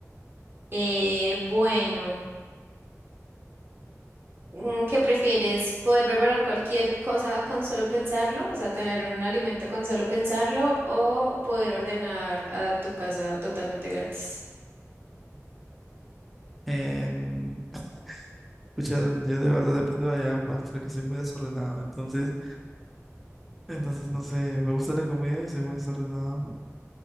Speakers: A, on the right; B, in the centre.
A: Eh, bueno, mm, ¿qué prefieres? ¿Poder preparar cualquier cosa con solo pensarlo? O sea, tener un alimento con solo pensarlo o poder ordenar a tu casa totalmente gratis.
B: En, <laughs> pucha, yo de verdad dependo de ambas porque soy muy desordenado. Entonces, entonces no sé, me gusta la comida y soy muy desordenado.